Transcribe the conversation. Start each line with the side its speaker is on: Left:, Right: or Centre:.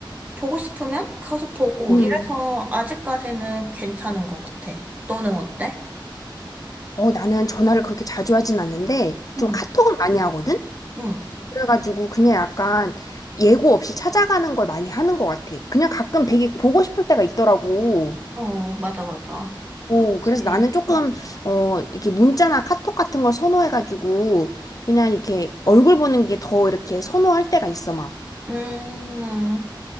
Right: 보고 싶으면 가서 보고
Left: 응.
Right: 이래서 아직까지는 괜찮은 것 같아. 너는 어때?
Left: 어, 나는 전화를 그렇게 자주 하진 않는데,
Right: 응,
Left: 좀 카톡은 많이 하거든?
Right: 응.
Left: 그래가지고 그냥 약간 예고 없이 찾아가는 걸 많이 하는 것 같아. 그냥 가끔 되게 보고 싶을 때가 있더라고.
Right: 어, 맞아, 맞아.
Left: 오,
Right: 그치.
Left: 그래서 나는 조금, 어, 이렇게 문자나 카톡 같은 걸 선호해가지고, 그냥 이렇게 얼굴 보는 게 더 이렇게 선호할 때가 있어, 막.
Right: 음,